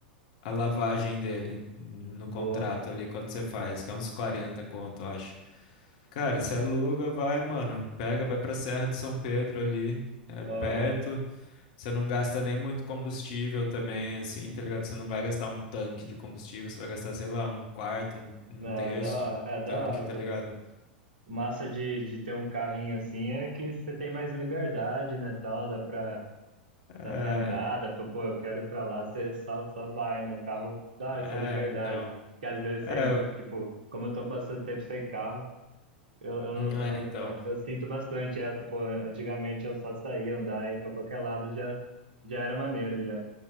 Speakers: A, on the left (about 50°); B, on the right (about 65°).
A: a lavagem dele no
B: Boa.
A: contrato ali quando você faz, que é uns 40 conto, eu acho. Cara, você aluga, vai, mano, pega, vai pra Serra de São Pedro ali, é
B: Aham.
A: perto, você não gasta nem muito combustível também, assim, tá ligado? Você não vai gastar um tanque de combustível, você vai gastar, sei lá, um quarto, um, um
B: É,
A: terço
B: da hora,
A: do
B: é da
A: tanque,
B: hora,
A: tá
B: pô.
A: ligado?
B: Massa de, de ter um carrinho assim é que você tem mais liberdade, né, tal, dá pra dá
A: É,
B: pra andar, dá pra, pô, eu quero ir pra lá, você só, só vai, né? O carro dá
A: é,
B: essa liberdade.
A: então.
B: Que às vezes
A: É,
B: sem, tipo, como eu tô bastante tempo sem carro, eu, eu, não-
A: não
B: eu,
A: é,
B: não-
A: então.
B: eu, eu sinto bastante essa, pô, antigamente eu só saía andar e pra qualquer lado já, já era maneiro já.